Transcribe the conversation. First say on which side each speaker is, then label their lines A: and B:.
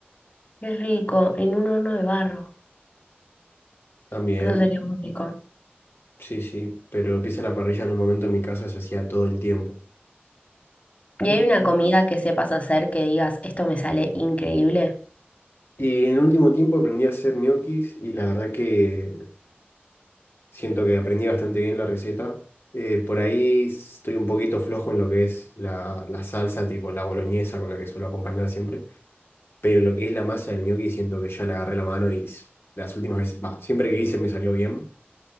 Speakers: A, on the left (about 35°); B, on the left (about 75°).
A: Qué rico, en un horno de barro.
B: También,
A: Eso sería muy rico.
B: sí, sí, pero pizza a la parrilla en un momento en mi casa se hacía todo el tiempo.
A: ¿Y
B: Mm.
A: hay una comida que sepas hacer que digas, esto me sale increíble?
B: Y en el último tiempo aprendí a hacer ñoquis y la verdad que siento que aprendí bastante bien la receta. Eh, por ahí estoy un poquito flojo en lo que es la, la salsa, tipo la boloñesa con la que suelo acompañar siempre. Pero lo que es la masa del gnocchi siento que ya le agarré la mano y s- las últimas veces, bah, siempre que hice me salió bien